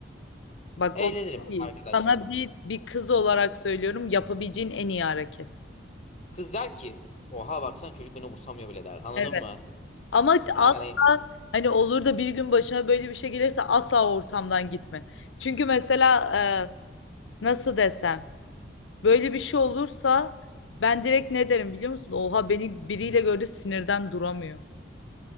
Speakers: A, on the left; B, on the left.
A: Bak
B: Eğlenirim
A: o çok iyi.
B: arkadaşlarımla.
A: Sana bir bir kız olarak söylüyorum yapabileceğin en iyi hareket.
B: Kız der ki oha baksana çocuk beni umursamıyor bile der. Anladın
A: Evet.
B: mı?
A: Ama asla
B: Yani
A: hani olur da bir gün başına böyle bir şey gelirse asla o ortamdan gitme. Çünkü mesela e, nasıl desem böyle bir şey olursa ben direkt ne derim biliyor musun? Oha beni biriyle gördü sinirden duramıyor.